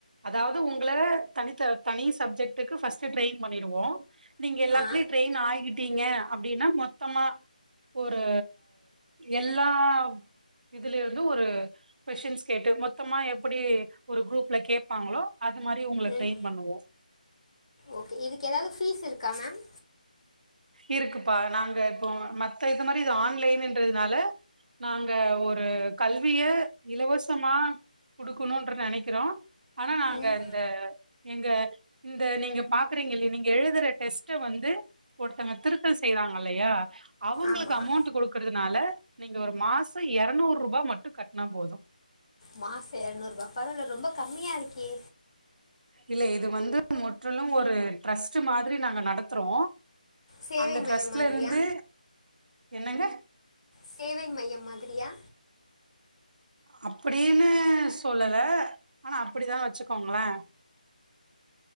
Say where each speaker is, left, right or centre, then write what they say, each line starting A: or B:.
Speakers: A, on the right; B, on the left.
A: அதாவது உங்கள தனித்த தனி சப்ஜெக்டக்கு ஃபர்ஸ்ட்டு ட்ரைன் பண்ணிடுவோ நீங்க எல்லாத்திலியு
B: ஆ
A: ட்ரெயின் ஆகிட்டீங்க அப்டின்னா மொத்தமா ஒரு எல்லா இதுலிருந்து ஒரு கொஷின்ஸ் கேட்டு மொத்தமா எப்டி ஒரு குரூப்ல கேப் ப்பாங்களோ அது மாரி உங்கள
B: ம்
A: ட்ரெயின் பண்ணுவோ
B: ஓகே இதுக்கு ஏதாவது ஃபீஸ் இருக்கா மேம்
A: இருக்குப்பா நாங்க இப்போ மத்த இது மாரி இது ஆன்லைன்னுன்றதுனால நாங்க ஒரு கல்விய இலவசமா குடுக்கணுன்ற நெனைக்கிறோ ஆனா நாங்க
B: ம்
A: இந்த எங்க இந்த நீங்க பாக்குறீங்கல்லி நீங்க எழுதுற டெஸ்ட்ட வந்து ஒருத்தங்க திருத்தல் செய்றாங்கல்லயா அவுங்களுக்கு
B: ஆமாம்
A: அமௌண்ட் கொடு க்கறதுனால நீங்க ஒரு மாச இரநூறுரூவா மட்டு கட்னா போது
B: மாச இரநூறுரூவா பரவால ரொம்ப கம்மியா இருக்கே
A: இல்ல இது வந்து முற்றிலும் ஒரு ட்ரஸ்ட் மாதிரி நாங்க நடத்தறோ
B: சேவை
A: அந்த ட்ரெஸ்ட்ல
B: மையம் மாதிரியா
A: இருந்து என்னங்க
B: சேவை மையம் மாதிரியா
A: அப்டின்னு சொல்லல ஆனா அப்டிதா வச்சுக்கோங்களே